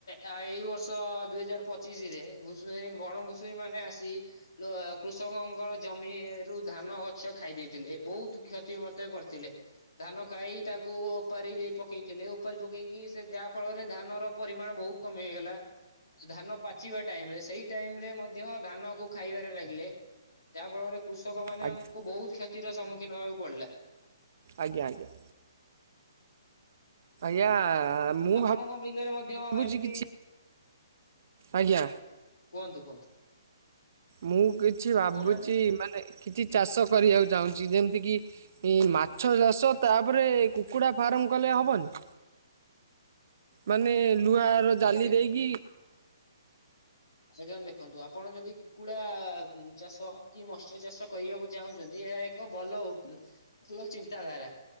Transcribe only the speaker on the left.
ଏଇ ବର୍ଷ ଦୁଇ ହଜାର ପଚିଶି ରେ, ଘୁଷଏଁ ବଣ ଘୁଷୁୁରୀ ମାନେ ଆସି ଲୋଏ କୃଷକଙ୍କର ଜମି ଏ ରୁ ଧାନ ଗଛ ଖାଇ ଦେଇଥିଲେ, ବହୁତ କ୍ଷତି ମତେ କରିଥିଲେ। ଧାନ ଖାଇ ତାକୁ ଓପାରି ଦେଇ ପକେଇଥିଲେ ଓପାରି ପକେଇକି ସେ ଯାହା ଫଳରେ ଧାନ ର ପରିମାଣ ବହୁତ। କମ ହେଇଗଲା। ଧାନ ପାଚିବା ଟାଇମ ରେ ସେଇ ଟାଇମ ରେ ମଧ୍ୟ ଧାନ କୁ ଖାଇବାରେ ଲାଗିଲେ। ଯାହା ଫଳରେ କୃଷକ ମାନଙ୍କୁ
ବହୁତ କ୍ଷତିର ସମ୍ମୁଖୀନ ହବାକୁ ପଡିଲା।
ଆପଣଙ୍କ ବିଲରେ ମଧ୍ୟ
ଏମିତି।
କୁହନ୍ତୁ କୁହନ୍ତୁ।
କହୁନାହାନ୍ତି
ଆଜ୍ଞା
ଦେଖ
ଆଜ୍ଞା ଦେଖନ୍ତୁ ଆପଣ ଯଦି କୁକୁଡା ଚାଷ। କି ମତ୍ସ୍ୟ ଚାଷ କରିବାକୁ ଚାହୁଁଛନ୍ତି ଏହା ଏକ ଭଲ ଉ ଚିନ୍ତାଧାରା।